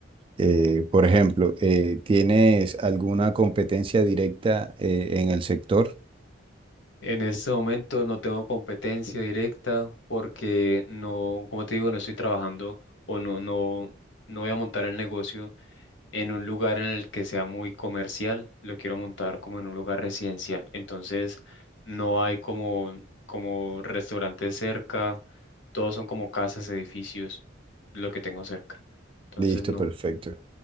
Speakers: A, on the right; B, on the left.
A: Eh, por ejemplo, eh, ¿tienes alguna competencia directa eh, en el sector?
B: En este momento no tengo competencia directa porque no, como te digo, no estoy trabajando o no, no, no voy a montar el negocio en un lugar en el que sea muy comercial, lo quiero montar como en un lugar residencial. Entonces no hay como, como restaurantes cerca, todos son como casas, edificios, lo que tengo cerca. Entonces
A: Listo,
B: no.
A: perfecto.